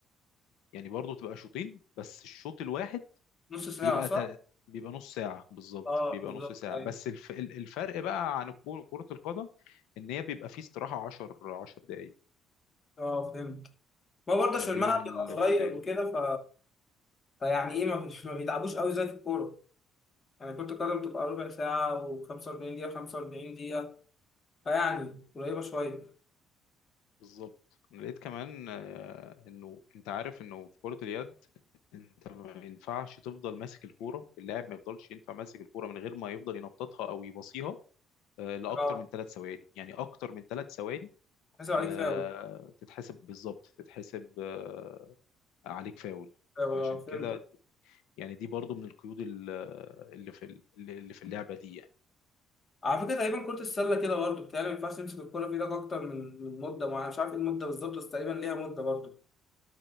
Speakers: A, on the left (about 85°); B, on the left (about 35°).
A: يعني برضه بتبقى شوطين بس الشوط الواحد
B: نص ساعة
A: بيبقى
B: صح؟
A: تل... بيبقى نص ساعة بالظبط
B: أه
A: بيبقى
B: بالظبط
A: نص ساعة
B: أيوة.
A: بس الف... ال- الفرق بقى عن الكو- كرة القدم ان هي بيبقى فيه استراحة 10 10 دقايق
B: اه فهمت ما برضه
A: ما
B: عشان
A: بين
B: الملعب بيبقى صغير
A: الشوطين
B: وكده ف... فيعني ايه ما, بيش... ما بيتعبوش قوي زي في الكوره يعني كرة القدم بتبقى ربع ساعة و45 دقيقة 45 دقيقة فيعني قريبة شوية
A: بالظبط انا لقيت كمان آه، انه انت عارف انه في كرة اليد انت ما ينفعش تفضل ماسك الكوره اللاعب ما يفضلش ينفع ماسك الكوره من غير ما يفضل ينططها او يباصيها آه، لاكتر
B: اه
A: من ثلاث ثواني يعني اكتر من ثلاث ثواني
B: حسب عليك
A: آه،
B: فاول
A: تتحسب بالظبط تتحسب آه، عليك فاول
B: فاول
A: عشان
B: اه فهمتك
A: كده يعني دي برضو من القيود ال- اللي في ال- اللي في اللعبه دي يعني
B: على فكرة تقريبا كرة السلة كده برضه بتهيألي ما ينفعش تمسك الكورة في ايدك أكتر من من مدة معينة مش عارف ايه المدة بالظبط بس تقريبا ليها مدة برضه